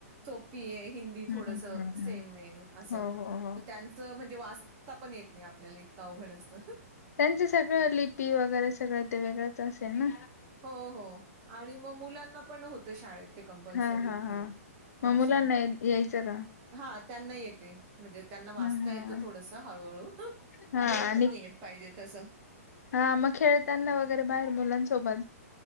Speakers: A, on the right (about 20°); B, on the left (about 75°).
A: सोपी ये हिंदी
B: हम्म
A: थोडस
B: हम्म
A: सेम
B: हम्म
A: ये असं
B: हो हो हो
A: त्यांच म्हणजे वाचता पण येत नाही आपल्याला, इतकं अवघड असत.
B: ते सगळं लिपी वगैरे सगळं ते वेगळंच असेल ना?
A: हो- हो आणि मग मुलांना पण होतं शाळेत ते कंपल्सरी
B: हा हा
A: ती
B: हा
A: भाषा
B: मग मुलांना यायचं का
A: हा त्यांना येते. म्हणजे त्यांना वाचता
B: हा हा
A: येतं थोडसं हळू-हळू
B: हा
A: बोलत
B: आणि
A: नाही येत पाहिजे तसं.
B: हा मग खेळताना वगैरे बाहेर मुलांसोबत